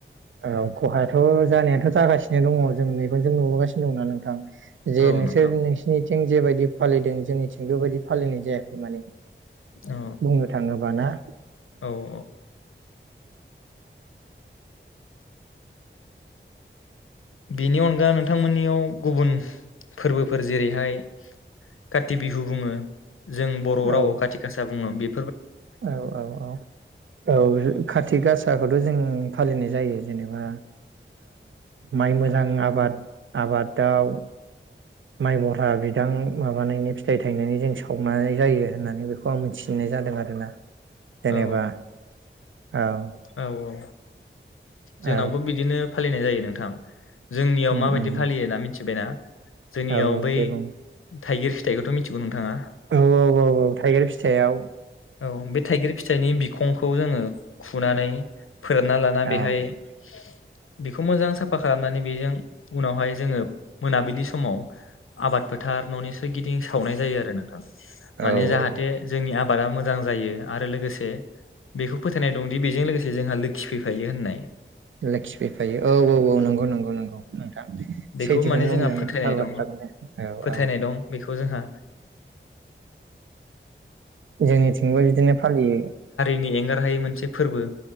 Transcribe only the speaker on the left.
औ
नोंथां
औ
औ औ बेनि अनगा नोंथांमोननियाव गुबुन फोरबोफोर जेरैहाय काथि बिहु बुङो जों बर
राव खाथि गासा बुङो बे
औ
औ औ जोंनावबो
बिदिनो फालिनाय जायो नोंथां जोंनियाव
माबायदि
फालियो ना मिथिबायना जोंनियाव
बै
थाइगिर फिथाइखौथ मिथिगौ नोंथाङा
औ बे थाइगिर फिथाइनि बि खंखौ जोङो खुनानै फोरानना लाना
बेहाय
<unintelligible> बेखौ मोजां साफा खालामनानै बेजों उनावहाय जोङो मोनाबिलि समाव आबाद फोथार ननि सो सोरगिदिं सावनाय जायो आरो नोंथां माने
जाहाथे
जोंनि आब आबादा मोजां जायो आरो लोगोसे बेखौ फोथायनाय दंदि बेजों लोगोसे जोंहा लोखि फैफायो होननाय
बेखौ
माने जोंहा
फोथायनाय
दं
फोथायनाय
दं बेखौ जोंहा
नि एंगारहायै मोनसे फोरबो